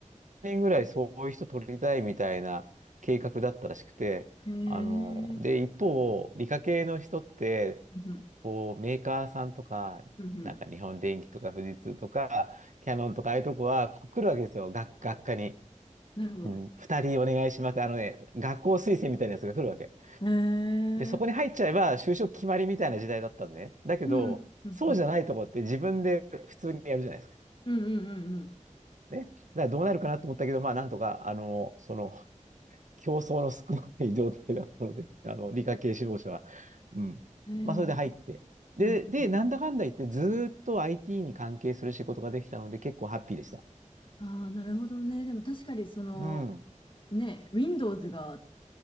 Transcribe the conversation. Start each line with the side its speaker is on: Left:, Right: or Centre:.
Right: 人ぐらいそういう人取りたいみたいな計画だったらしくて、
Left: い。へえ。
Right: あの、
Left: う
Right: で、一方、理科系の人って、
Left: んうん。
Right: こう、メーカーさんとか、
Left: うんうん。
Right: なんか日本電機とか富士通とか、キヤノンとかああいうとこはこう来るわけですよ、学、学科に。
Left: なるほど。
Right: うん、2人お願いします。あのね、学校推薦みたいなやつが来るわけ。
Left: へえ。
Right: で、そこに入っちゃえば就職決まりみたいな時代だったんでね。だけど、
Left: うん。うんうん。
Right: そうじゃないとこって自分で普通にやるじゃないですか。
Left: うんうんうん
Right: ね。だからどうなるかなと思ったけど、まあなんとか、あの、その競争の少ない状態だったので、<laughs> あの、理科系志望者は。うん。
Left: うん。
Right: まあ、それで入って。
Left: へえ。
Right: で、
Left: うんうん。
Right: で、なんだかんだ言って、ずーっと IT に関係する仕事ができたので、結構ハッピーでした。
Left: ああ、なるほどね。でも確かにその、
Right: うん。
Left: ね、Windows がっ